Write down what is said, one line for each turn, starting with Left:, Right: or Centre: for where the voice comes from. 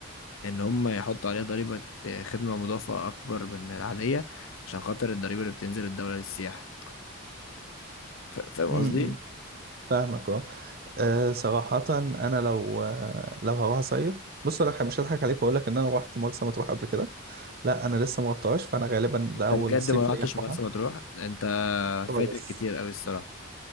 Left: ان هم يحطوا عليها ضريبة خدمة مضافة اكبر من العادية عشان خاطر الضريبة اللي بتنزل الدولة للسياحة ف- فاهم
Right: امم
Left: قصدي؟
Right: فاهمك اه آه، صراحة أنا لو آه، لو هروح أصيف بص أنا مش هضحك عليك وأقول لك إن أنا روحت مرسى مطروح قبل كده لا أنا لسه ما روحتهاش فأنا غالبا
Left: انت
Right: ده أول
Left: بجد
Right: صيف
Left: ما رحتش
Right: ليا أروحها
Left: مرسى مطروح انت
Right: خالص
Left: فايتك كتير قوي الصراحة